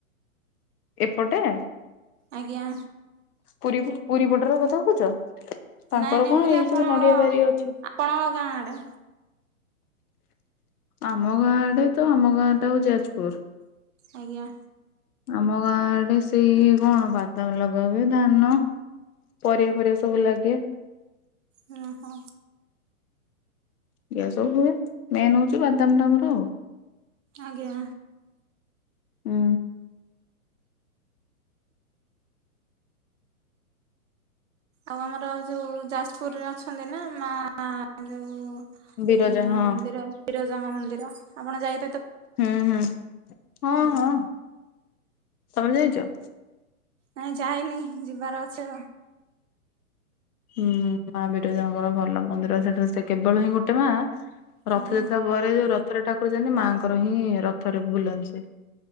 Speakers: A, on the left; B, on the right.
A: ଏପଟେ?
B: ଆଜ୍ଞା।
A: ପୁରୀ ପୁରୀ ପଟର କଥା କୋହୁଚ? ତାଙ୍କର
B: ନାଇଁ ନାଇଁ
A: କଣ
B: ମୁଁ କହିଲି
A: ଏଇ
B: ଆପଣଙ୍କ
A: ସବୁ ନଡିଆ ବାରି ଅଛି।
B: ଆପଣଙ୍କ ଗାଁ ଆଡେ
A: ଆମ ଗାଁ ଆଡେ ତ ଆମ ଗାଁ ଟା ଯାଜପୁର।
B: ଆଜ୍ଞା।
A: ଆମ ଗାଁ ଆଡେ ସେଇ କଣ ବାଦାମ ଲଗାହୁଏ, ଧାନ। ପରିବା ଫରିବା ସବୁ ଲାଗେ।
B: ଅ ହୋ।
A: ଇ ସବୁ ହୁଏ ମେନ୍ ହୋଉଚି ବାଦାମ ଟା ଆମର ଆଉ।
B: ଆଜ୍ଞା।
A: ହୁଁ।
B: ଆଉ ଆମର ଯୋଉ ଯାଜପୁରରେ ଅଛନ୍ତି ନା ମା ଯୋଉ
A: ବିରଜା
B: ଉଁ
A: ହଁ।
B: ବିର ବିରଜାଙ୍କ ମନ୍ଦିର ଆପଣ ଯାଇ
A: ହୁଁ ହୁଁ ହଁ
B: ଆଜ୍ଞା।
A: ହଁ ତମେ ଯାଇଚ?
B: ନାଇଁ ଯାାଇନି ଯିବାର ଅଛି।
A: ହୁଁ ମା ବିରଜାଙ୍କର ଭଲ ମନ୍ଦିର ସେଟା ସେ କେବଳ ହିଁ ଗୋଟେ ମା ରଥଯାତ୍ରା
B: ଆଜ୍ଞା
A: ପରେ ଯୋଉ ରଥରେ ଠାକୁର ଯାଆନ୍ତି ମାଆଙ୍କର ହିଁ ରଥରେ ବୁଲନ୍ତି ସିଏ।